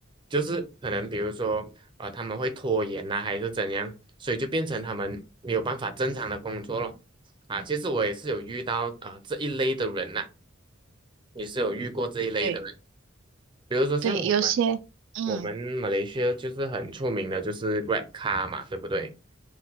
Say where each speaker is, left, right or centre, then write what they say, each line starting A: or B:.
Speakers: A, on the right; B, on the right.
A: 就是可能比如说，啊，他们会拖延呐、还是怎样，所以就变成他们没有办法正常的工作咯。啊，其实我也是有遇到啊、呃这一类的人呐、也是有遇过这一类的人，
B: 对，
A: 比如说像我们，
B: 对，有些嗯，
A: 我们马来西亚就是很出名的，就是 Grab Car 嘛，对不对？